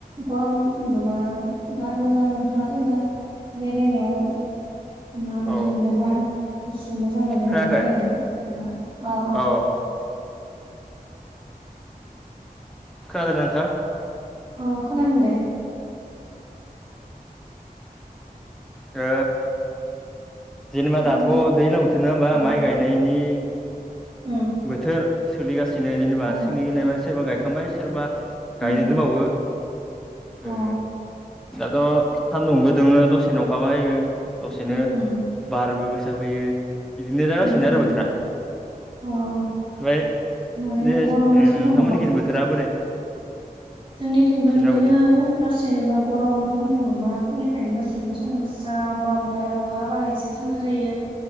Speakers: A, on the right; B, in the centre.
A: गरम माबा बार मोजां नोंथाङा जेनेबा बेरायनायाव माबायदि
B: औ
A: मोनदों बार गुसु मोजां मोनो
B: खोनायाखै
A: नामा बेरायनानै जेनेबा अ अ
B: औ खोना <unintelligible> नोंथां
A: औ खोनादों दे
B: ओ जेनेबा
A: मा
B: दाथ'
A: होनदों
B: दैज्लां बोथोर नङा होमबा
A: अ
B: माइ गायनायनि
A: उम
B: बोथोर सोलिगासिनो जेनेबा
A: अ
B: सोलि <unintelligible> सोरबा गायखांबाय सोरबा
A: उम
B: गायनो दोबावो
A: अ
B: ओ दाथ' सान्दुंबो दुङो दसेनो अंखाबो हायो दसेनो
A: उम
B: बारबो गोसा फैयो इदिनो जागासिनो
A: उम
B: आरो
A: उम
B: बोथोरा <inaudible>
A: अ
B: फ्राय
A: माने
B: दे ओ
A: गरम सान्दुं
B: नोंथांमोननि <unintelligible> बोथोरा बोरै
A: जोंनि थिंबो
B: जोंना
A: बिदिनो
B: बोथोर
A: हे गासी जेनेबा गरम सान्दुं दुंबा फुंनिफायनो दसेनो <unintelligible> सान्दुं गोसा गरम <unintelligible> अखाहाबालाय इसे थान्दा जायो